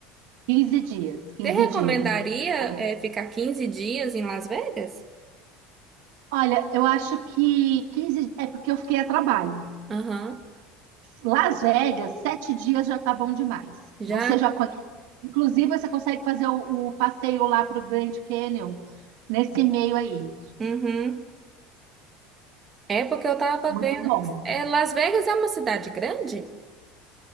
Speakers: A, on the right; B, on the right.
A: 15 dias. quinze
B: Você recomendaria,
A: dias a gente ficou.
B: eh, ficar 15 dias em Las Vegas?
A: Olha, eu acho que 15 é porque eu fiquei a trabalho.
B: Aham.
A: Las Vegas, sete dias já tá bom demais.
B: Já?
A: Você já conhece. Inclusive, você consegue fazer o, o passeio lá para o Grand Canyon nesse meio aí.
B: Uhum. É porque eu tava
A: Muito
B: vendo.
A: bom.
B: É, Las Vegas é uma cidade grande?